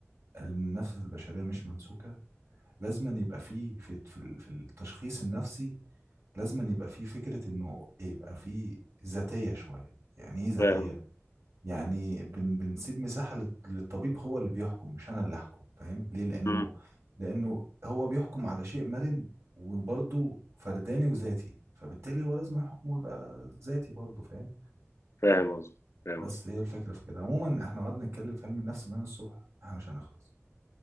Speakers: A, on the right; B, on the left.
A: النفس البشريه مش ممسوكه لازما يبقى فيه في في ال- في التشخيص النفسي لازما يبقى فيه فكره انه يبقى فيه ذاتيه شويه يعني ايه ذاتيه
B: فاهم
A: يعني بن بنسيب مساحه لل- للطبيب هو اللي بيحكم مش انا اللي احكم فاهم ليه لانه
B: مم.
A: لانه هو بيحكم على شيء مرن وبرضه فرداني وذاتي فبالتالي هو لازم حكمه يبقى ذاتي برضه فاهم
B: فاهم قصدي فاهم
A: بس
B: قصدي
A: هي الفكرة في كده عموما احنا قعدنا نتكلم في علم النفس من الصبح احنا مش هنخلص